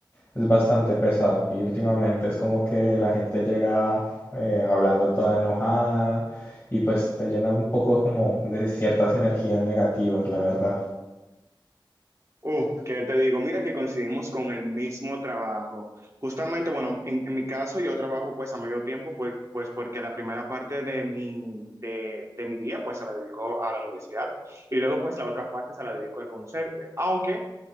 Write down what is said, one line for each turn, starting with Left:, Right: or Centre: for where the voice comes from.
Left: es bastante pesado y últimamente es como que la gente llega eh, hablando toda enojada y pues te llena un poco como de ciertas energías negativas, la verdad.
Right: Uh, ¿qué te digo? Mira que coincidimos con el mismo trabajo. Justamente, bueno, en, en mi caso yo trabajo pues a medio tiempo, pues, pues porque la primera parte de mi, de, de mi día pues se la dedico a la universidad y luego pues la otra parte se la dedico al concierto. Aunque